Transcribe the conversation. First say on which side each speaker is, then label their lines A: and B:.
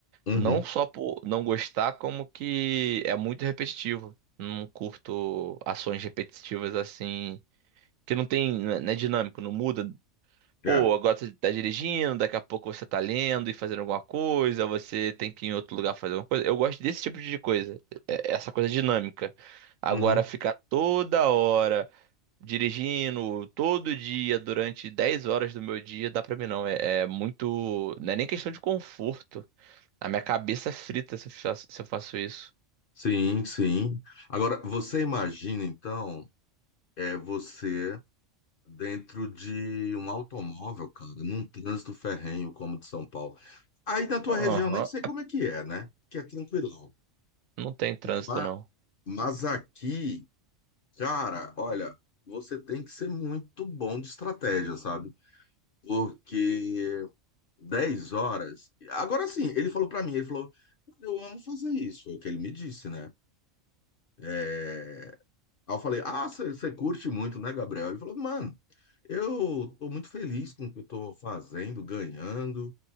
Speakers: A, on the left (about 50°); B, on the right (about 75°).
A: Uhum,
B: Não só por não gostar, como que é muito repetitivo. Não curto ações repetitivas assim, que não tem, não é não é dinâmico, não muda Pô,
A: é.
B: agora você tá dirigindo, daqui a pouco você tá lendo e fazendo alguma coisa, você tem que ir em outro lugar fazer alguma coisa. Eu gosto desse tipo de coisa, é- é essa coisa dinâmica. Agora,
A: Uhum.
B: ficar toda hora dirigindo, todo dia, durante 10 horas do meu dia, dá pra mim não. É, é muito. Não é nem questão de conforto. A minha cabeça é frita se eu faço, se eu faço isso.
A: Sim, sim. Agora, você imagina, então, é você dentro de um automóvel, cara, num trânsito ferrenho como o de São Paulo. Aí na tua
B: Aham.
A: região, eu nem sei como é que é, né? Que é tranquilão.
B: Não tem trânsito,
A: Ma-
B: não.
A: Mas, aqui, cara, olha, você tem que ser muito bom de estratégia, sabe? Porque 10 horas. Agora sim, ele falou pra mim, ele falou, "Cara, eu amo fazer isso, é o que ele me disse, né? É, Aí eu falei, ah, você curte muito, né, Gabriel? Ele falou, mano, eu tô muito feliz com o que eu tô fazendo, ganhando.